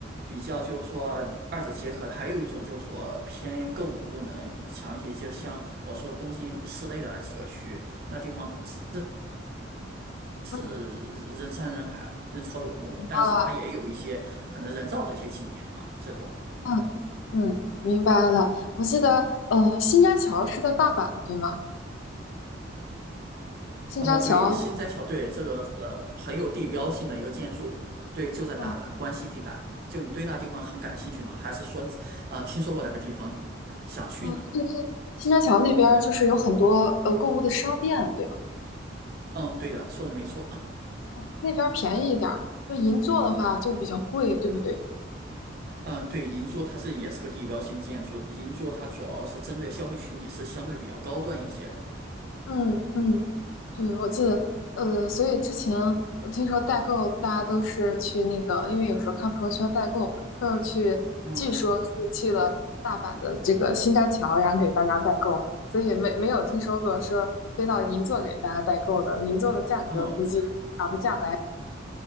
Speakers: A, on the right (about 55°); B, on the left (about 80°).
A: 比较，就是说二者结合的。还有一种就是说偏购物功能强一些，就像我说东京市内的几个区，那地方真是人山人海、
B: 嗯
A: 人潮涌动的，但是它也有一些可能人造的一些景点吧，
B: 啊。
A: 这种。
B: 嗯嗯，明白了。我记得，呃，新扎桥是在大阪，对吗？新扎桥，
A: 哦，对，新斋桥，对，这个是很有地标性的一个建筑，对，就在大阪关西地带。
B: 嗯
A: 就你对那地方很感兴趣吗？还是说，呃，听说过那个地方想去呢？
B: 嗯，新扎桥那边儿就是有很多呃购物的商店，对吧？
A: 嗯，对的，说的没错。
B: 嗯那边儿便宜一点儿，就银座的话就比较贵，对不对？
A: 嗯，对，银座它是也是个地标性建筑，银座它主要是针对消费群体是相对比较高端一些的。
B: 嗯嗯，对，我记得，呃，所以之前我听说代购，大家都是去那个，因为有时候看朋友圈代购，都是去，
A: 嗯，
B: 据说是去了大阪的这个新斋桥，然后给大家代购，所以没没有听说过说飞到银座给大家代购的，银座的价格估计打不下来。
A: 哦，